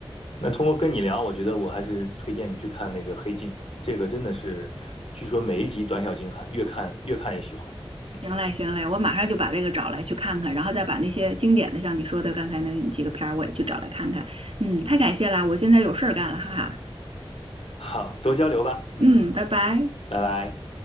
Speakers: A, on the left; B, on the right.
A: 那通过跟你聊，我觉得我还是推荐你去看那个《黑镜》，这个真的是，据说每一集短小精悍，越看越看越喜欢。嗯，
B: 行嘞行嘞，我马上就把这个找来去看看，然后再把那些经典的像你说的刚才那几个片儿我也去找来看看，嗯，太感谢了，我现在有事儿干了，哈哈，
A: 好，多交流吧。嗯，
B: 嗯，拜拜。
A: 拜拜。